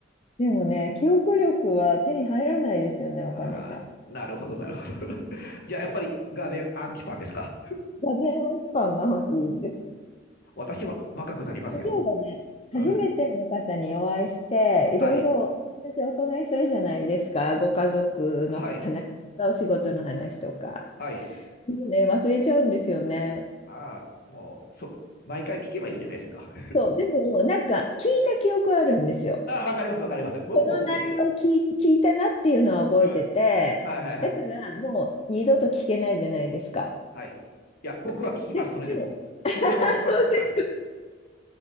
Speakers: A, on the left; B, on the left.
A: でもね、記憶力は手に入らないですよね、お金じゃ。
B: あ、ああなるほどなるほど。<laughs> じゃあやっぱりガーデンアンキパンですか。
A: 座禅アンキパンが欲しいんです。
B: 私は若くなりますよ。
A: 例えばね、
B: <laughs> うん
A: 初めての方にお会いして、いろいろ私お伺いするじゃないですか。
B: はい。
A: ご家族の話とか、
B: はい。
A: お仕事の話とか。
B: はい。
A: もうね、忘れちゃうんですよね。
B: ああ、もう、そ、毎回聞けばいいじゃないですか。
A: そう、でも、なんか聞いた記憶あるんですよ。
B: <laughs> ああ、わかりますわかります。僕もそうですよ。
A: この内容聞い、聞いたなっていうのは覚えてて、
B: うん。はいはいはい。
A: だからもう二度と聞けないじゃないですか。
B: はい。いや、僕は聞きます、
A: ででも、
B: それでも。それでも僕は聞きます。
A: あ、そうです